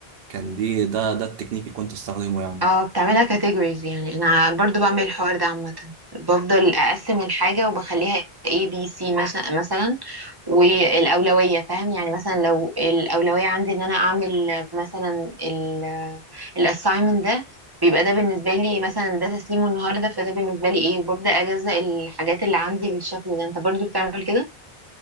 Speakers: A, on the right; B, on the right.
A: كان دي ده ده التكنيك اللي كنت استخدمه يعني
B: اه بتعملها كاتيجوريز يعني انا برضو بعمل الحوار ده عامة بفضل اقسم الحاجة وبخليها A B C مش- مثلا والأولوية فاهم يعني مثلا لو الأولوية عندي ان انا اعمل مثلا ال الاساينمنت ده بيبقى ده بالنسبة لي مثلا ده تسليمه النهاردة فده بالنسبة لي ايه وببدأ اجزأ الحاجات اللي عندي بالشكل ده انت برضو بتعمل كده؟